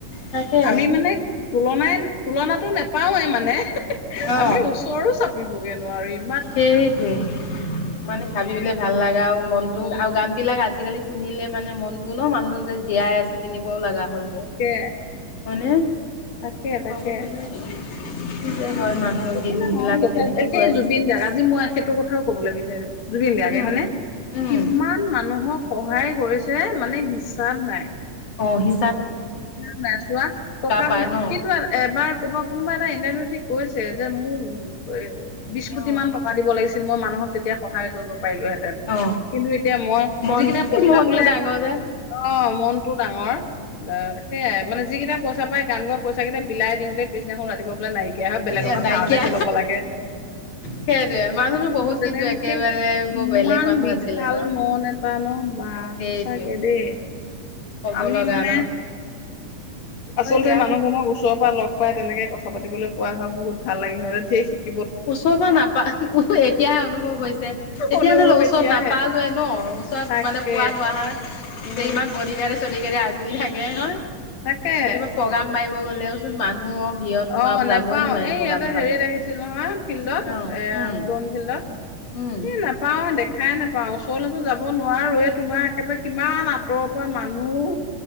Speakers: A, on the left; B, on the left.
A: তাকে
B: আমি মানে তুলনাই, তুলনাত ন <unintelligible> পাওঁৱে মানে।
A: অ
B: আমি ওচৰো চাপিবগে নোৱাৰিম।
A: সেইটোৱে। মানে ভাবি পেলাই ভাল লাগা আৰু মনটো
B: উম
A: আৰু গান বিলাক আজিকালি শুনিলে মানে মনতো ন মানুহজন যে জীয়াই আছে তেনেকুৱাও লগা হলগে
B: তাকে
A: হয়নে?
B: তাকে তাকে
A: <unintelligible> <unintelligible> হয় মানুহৰ দিন
B: মানে নহয়
A: বিলাকে
B: যথেষ্ট
A: তেনেকে
B: এ, সেই
A: গৈ আছে।
B: জুবিন গাৰ্গ আজি মই সেইটোৰ কথাও কবলৈ বিচাৰছো। জুবিন গাৰ্গে
A: উম
B: হয়নে
A: উম
B: কিমান মানুহক সহায় কৰিছে মানে হিচাপ নাই।
A: অ হি
B: হিচাপ নাই চোৱা টকা
A: পায়
B: পইচা
A: ন
B: কিটো এবাৰ ক'বাত কোনোবা এটা ইণ্টাৰভিউ ঠিক কৈছে যে মোক উ বিশ কোটি
A: অ
B: মান টকা দিব লাগিছে মই মানুহক তেতিয়া সহায় কৰিব পাৰিলোহেতেন
A: অ
B: কিন্তু এতিয়া মই
A: মন
B: যিকেইটা পইচা
A: মনটো
B: বোলে
A: ডাঙৰ যে
B: অ মনটো ডাঙৰ। সেয়াই মানে যিকেইটা পইচ পাই গান গোৱা পইচা কেইটা বিলাই দিওঁতেই পিছদিনাখন ৰাতিুৱা বলে নাইকিয়া হয় বেলেগৰ
A: এ
B: পৰা
A: নাইকিয়া
B: ধাৰলেহে লব লাগে
A: সেইটোৱে মানুহতো
B: আচলতে
A: বহুত
B: তেনে
A: কিন্তু একেবাৰে
B: সেই
A: বৰ
B: ইমান
A: বেলেগ মানুহ
B: বিশাল
A: আছিলে ন
B: মন এটা ন বা
A: সেইটোৱে
B: সচাকে দেই।
A: ক'ব
B: আমি
A: লগা
B: মানে
A: ন। হয়
B: আচলতে
A: দিয়া
B: মানুহজনক ওচৰৰ পৰা লগ পাই তেনেকে কথা পাতিবলৈ পোৱা হ বহুত ভাল লাগে হয় যে ঢেৰ
A: ওচৰ পৰা নাপা এতিয়াহে অনুভৱ হৈছে তেতিয়া
B: অনুভৱ
A: নহলেও ওচৰত
B: এতিয়াহে
A: নাপালোৱে ন ওচৰত
B: তাকে
A: মানে পোৱা হোৱা হয়
B: উম
A: যে ইমান বৰ্ডিগাৰ্ডে চৰ্ডিগাডে আ ঘুৰি থাকে হয়।
B: তাকে
A: কেনেকুৱা প্ৰগ্ৰাম মাৰি গ'লেওচোন মানুহৰ ভিৰত সোমাব
B: অ নেপাও
A: যাবই নোৱাৰি
B: এই
A: প্ৰগ্ৰাম
B: ইয়াতে
A: চাবলৈ
B: হেৰিত আহিছিল নহয়। ফিল্ডত
A: অ
B: এ
A: উম
B: তন ফিল্ডত
A: উম
B: এ নাপাও দেখাই নাপাওঁ। ওচৰলৈতো যাব নোৱাৰোৱে তোমাৰ একেবাৰে ইমান আঁতৰৰ পৰা মানুহ।